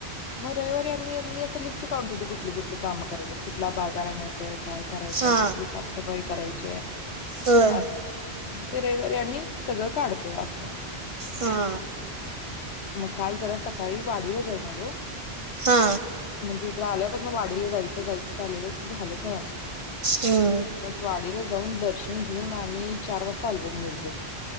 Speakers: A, on the left (about 85°); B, on the right (about 35°).
A: म रविवारी आम्ही मी असं लिस्ट काढूणं ठेवतो कुठली कुठली कामं करायचित कुठला बाजार आणायचाय काय करायचंय
B: हा
A: कुठली साफसफाई करायची आहे.
B: होय
A: असय ते रविवारी आम्ही सगळं काढतोय असं
B: हा
A: मग काल जरा सकाळी वाडीला जाऊन आलो.
B: हा
A: म्हणजे इकड आल्यापासन वाडीला जायचं जायचं चालेलं ते झाल नाही आमचं
B: हम्म
A: <unintelligible> वाडीला जाऊन दर्श <unintelligible> आम्ही चार वाजता आलो मीरजत